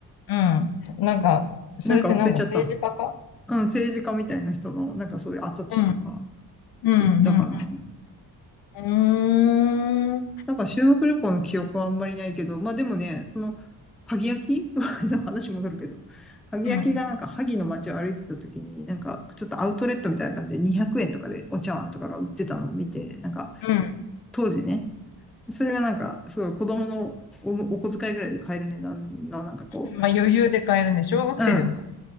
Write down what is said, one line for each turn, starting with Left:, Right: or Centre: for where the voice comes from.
Left: ん。うんなんか、それってなんだ、
Centre: なんか忘れちゃった。
Left: 政治家か
Centre: うん、政治家みたいな人の、なんかそういう跡地とか
Left: うん、う
Centre: 行ったかな。
Left: ん、うん、うーん、うん、
Centre: なんか修学旅行の記憶はあんまりないけど、まあでもね、その、萩焼き <laughs> そう話戻るけど、萩焼きがなんか萩の街を歩いてた時に、
Left: うん、
Centre: なんかちょっとアウトレットみたいな感じで200円とかでお茶碗とかが売ってたのを見て、なんか
Left: うん。
Centre: 当時ね、それがなんかすごい子供のおお小遣いぐらいで買える値段のなんかこ
Left: まあ、余裕で買えるね。小学生でも買
Centre: う、うん、